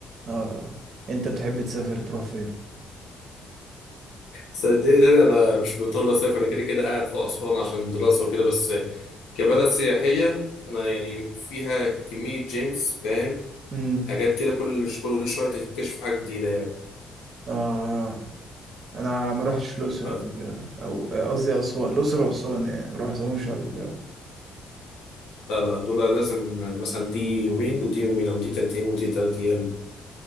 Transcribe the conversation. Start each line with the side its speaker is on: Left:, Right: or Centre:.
Right: آه أنت بتحب تسافر تروح فين
Left: صدقني ده انا مش مضطر اسافر انا كده كده قاعد في اسوان عشان الدراسه وكده بس كبلد سياحيه انا يعني فيها كميه جيمس فاهم
Right: امم
Left: حاجات كده كل ش- كل شويه تكتشف حاجه جديده يعني
Right: آه أنا ما روحتش الأقصر
Left: آه،
Right: قبل كده أو آه، قصدي أسوان الأقصر وأسوان يعني ما روحتهمش قبل كده
Left: لا لا دول لازم مثلا دي يومين ودي يومين او دي تلات ايام ودي تلات ايام